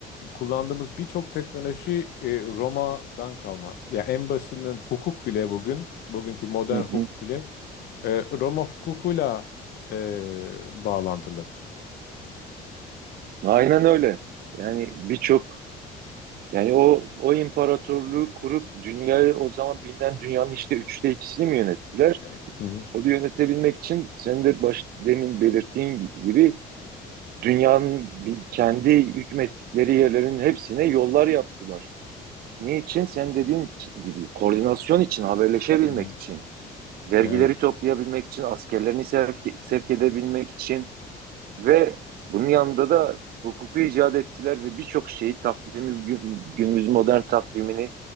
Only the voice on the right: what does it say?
Hı hı.
Aynen öyle. Yani birçok yani o o imparatorluğu kurup dünyayı o zaman bilinen dünyanın işte üçte ikisini mi yönettiler?
O da yönetebilmek için senin de baş, demin belirttiğin gibi dünyanın bir- kendi hükmettikleri yerlerin hepsine yollar yaptılar. Niçin? Sen dediğin gibi koordinasyon için, haberleşebilmek
için. vergileri
toplayabilmek için, askerlerini sevk, sevk edebilmek için ve bunun yanında da hukuku icat ettiler ve birçok şeyi takvimi gün- günümüz modern takvimini